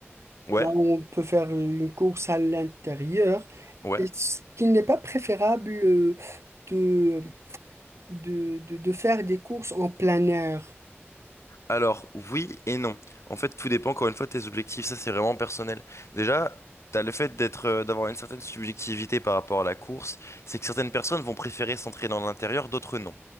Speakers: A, on the left; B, on the right.
A: Ouais,
B: Là, on peut faire une course à l'intérieur.
A: ouais.
B: Est-ce qu'il n'est pas préférable euh, de, de, de, de faire des courses en plein air?
A: Alors, oui et non. En fait, tout dépend encore une fois de tes objectifs. Ça, c'est vraiment personnel. Déjà, t'as le fait d'être, euh, d'avoir une certaine subjectivité par rapport à la course. C'est que certaines personnes vont préférer s'entraîner en intérieur, d'autres non.